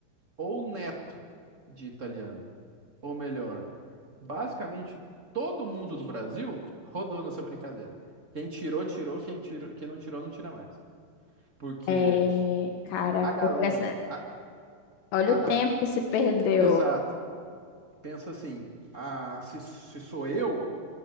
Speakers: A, on the right (about 65°); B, on the left (about 80°).
A: ou neto de italiano. Ou melhor, basicamente todo mundo do Brasil rodou nessa brincadeira. Quem tirou, tirou. Quem tirou, quem não tirou, não tira mais. Porque
B: É, cara,
A: a galera.
B: porque essa...
A: a-
B: olha
A: a-
B: o tempo
A: a-
B: que se perdeu.
A: exato. Pensa assim: ah, se, se sou eu.